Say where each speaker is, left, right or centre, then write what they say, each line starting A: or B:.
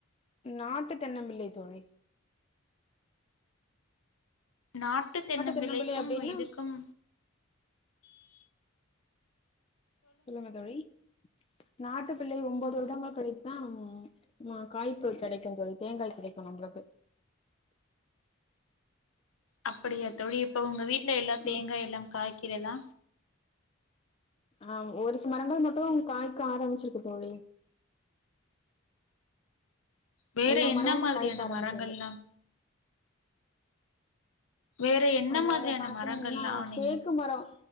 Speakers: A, on the left (about 25°); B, on the left (about 85°).
A: நாட்டு தென்னம்பிள்ளை தோழி
B: நாட்டு தென்னம்பிள்ளைக்கும்
A: தென்னம்பிள்ளை அப்டின்னா
B: இதுக்கும்
A: சொல்லுங்க தோழி நாட்டு பிள்ளை ஒன்பது வருடங்கள் கழித்துத்தான் ஆமா காய்ப்பு கெடைக்கும் தோழி தேங்காய் கிடைக்கும் நம்மளுக்கு
B: அப்படியா தோழி இப்ப உங்க வீட்ல எல்லா தேங்காய்
A: ம்
B: எல்லாம் காய்க்கிறதா
A: ஆ ஒரு சில மரங்கள் மட்டும் காய்க்க ஆரம்பிச்சிருக்கு தோழி
B: வேற
A: எல்லா
B: என்ன
A: மரமும்
B: மாதிரியான
A: காய்க்க ஆரம்பிக்கவில்லை
B: மரங்கள்ல்லாம் வேற என்ன
A: வேற
B: மாதிரியான
A: பாத்தீங்கன்னா
B: மரங்கள்லா நீங்க
A: தேக்கு மரம்